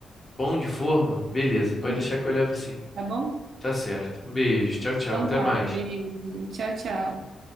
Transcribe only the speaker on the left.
Pão de forma? Beleza, pode
deixar que eu levo sim.
Tá certo. Um beijo, tchau, tchau,
até
mais.